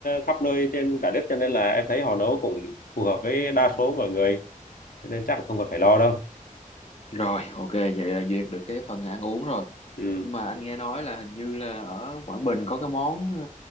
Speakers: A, on the left; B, on the left.
A: khắp nơi trên cả nước cho nên là em thấy họ nấu cũng phù hợp với đa số mọi người. Cho nên chắc không cần phải lo đâu.
B: Rồi, ok, vậy là duyệt được cái phần ăn uống rồi.
A: Ừ,
B: Nhưng mà anh nghe nói là hình như là ở Quảng Bình có cái món ờ,